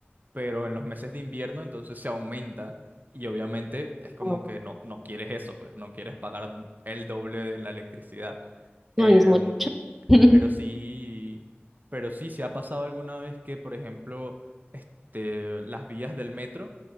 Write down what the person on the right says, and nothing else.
Pero en los meses de invierno, entonces se aumenta y obviamente es
como que no, no quieres eso, pues no quieres pagar el doble de la electricidad. Em,
pero sí, pero sí, se ha pasado alguna vez que, por ejemplo, este, las vías del metro